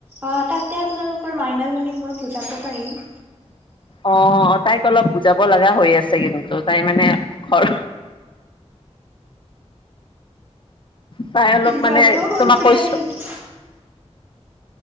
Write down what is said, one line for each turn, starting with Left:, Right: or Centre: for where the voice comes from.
Right: অ তাতে আপোনালোকৰ মাইনাজনিক মই বুজাব পাৰিম
Left: অ তাইক অলপ বুজাব লগা হৈ আছে কিন্তু তাই মানে ঘৰ। তাই অলপ মানে
Right: গলটো সুৰসুৰিয়ালে
Left: তোমাক কৈছো।
Right: নেকি